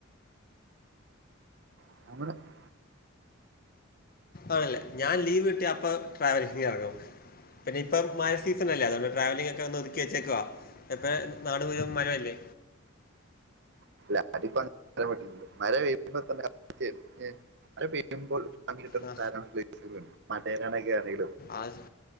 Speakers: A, on the right (about 60°); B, on the left (about 45°).
A: <unintelligible>
B: ആണല്ലേ ഞാൻ ലീവ് കിട്ടിയാ പ്പം ട്രാവലീഗിറങ്ങും പിന്നെ ഇപ്പോ മഴ സീസണല്ലേ അതുകൊണ്ട്ട്രാവലിംഗൊക്കെന്ന്‌ ഒതുക്കി വച്ചേക്കുവ എ പ്പ നാട് മുഴുവൻ മഴയല്ലേ
A: <unintelligible> <inaudible>
B: ആ ആസ്